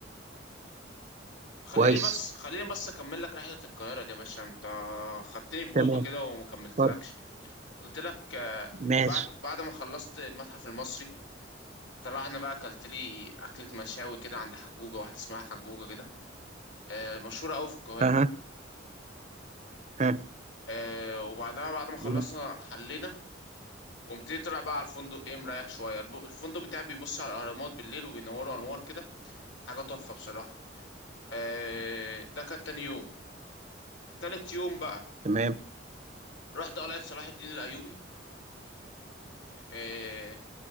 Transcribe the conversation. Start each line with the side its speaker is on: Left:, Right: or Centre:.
Left: خليني
Right: كويس
Left: بس خليني بس اكمل لك رحلة القاهرة دي يا باشا انت خدتني في دوكة
Right: تمام
Left: كده وما كملتلكش
Right: طب
Left: قلت لك آه
Right: ماشي
Left: بعد بعد ما خلصت المتحف المصري طلعنا بقى اكلت لي اكلة مشاوي كده عند حجوجة واحدة اسمها حجوجة كده آه مشهورة قوي في القاهرة
Right: اها ها
Left: آه وبعدها بعد ما خلصنا
Right: جميل.
Left: حلينا قمت إيه طلع بقى على الفندق ايه مريح شويه الب- الفندق بتاعي بيبص على الاهرامات بالليل وبينوروا انوار كده حاجه تحفه بصراحه آه ده كان تاني يوم تالت يوم بقى
Right: تمام
Left: رحت قلعه صلاح الدين الايوبي آه